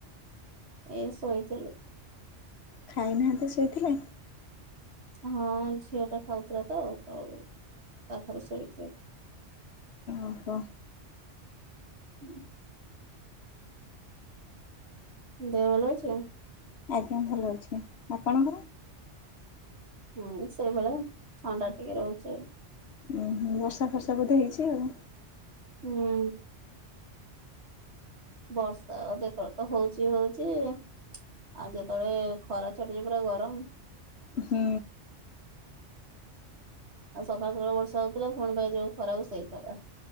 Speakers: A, on the right (about 65°); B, on the left (about 65°).
A: ଏ ଶୋଇଥିଲି।
B: ଖାଇନାହାନ୍ତି ଶୋଇଥିଲେ।
A: ହଁ ଝିଅ ଟା ଖାଉଥିଲା ତ ତ ତା ପାଖରେ ଶୋଇଛି ଆଉ।
B: ଓହୋ।
A: ହୁଁ। ଦେହ ଭଲ ଅଛି ଆଉ।
B: ଆଜ୍ଞା ଭଲ ଅଛି ଆପଣଙ୍କର
A: ହୁଁ ସେଇଭଳିଆ ଥଣ୍ଡା ଟିକେ ରହୁଛି ଆଉ।
B: ଉଁ ହୁଁ ବର୍ଷା ଫର୍ଷା ବୋଧେ ହେଇଛି ଆଉ।
A: ହୁଁ। ବର୍ଷା ଯେତେଳେ ତ ହଉଛି ହଉଛି ଆ। ଆଉ ଯେତେବେଳେ ଖରା ଛାଟୁଚି ପୁରା ଗରମ।
B: ହୁଁ।
A: ଆଉ ସକାଳ ସକାଳ ବର୍ଷା ହଉଥିଲା ପୁଣି ପାଇଁ ଯୋଉ ଖରା କୁ ସେଇ ଖରା।